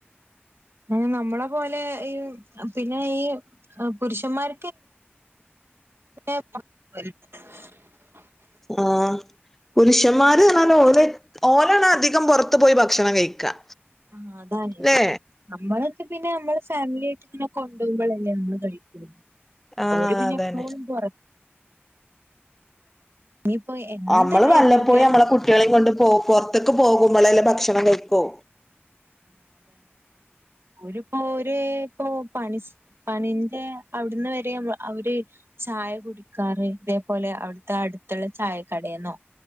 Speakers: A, on the right; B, in the centre.
A: ആ നമ്മളെ പോലെ ഈ പിന്നെ ഈ പുരുഷന്മാർ <unintelligible>
B: ആ പുരുഷന്മാരെ ഓല ഓലണ് അധികം പുറത്തു പോയി ഭക്ഷണം കഴിക്കാ
A: ആ അതാണ്
B: ല്ലേ
A: നമ്മള് പിന്നെ നമ്മള് ഫാമിലി ആയിട്ട് ഇങ്ങനെ കൊണ്ടുപകുമ്പോളല്ലെ നമ്മള് കഴിക്കൊള്ളൂ
B: ആഹ്
A: ഓല് പിന്നെ
B: അതന്നെ
A: എപ്പോഴും പുറ ഇനിയിപ്പോ എന്തെന്നെ
B: നമ്മള് വല്ലപ്പോയി
A: ആയിക്കോട്ടെ
B: നമ്മളെ കുട്ടികളെയും കൊണ്ട് പൊറത്ത്ക്ക് പോകുമ്പോളെല്ലെ ഭക്ഷണം കഴിക്കോ
A: ഓല് പ്പോ ഒര് ഇപ്പോ പണി പണിന്റെ അവിടുന്ന് വരെ അവര് ചായ കുടിക്കാറ് ഇതേപോലെ അവിടുത്തെ അടുത്തുള്ള ചായ കടന്നോ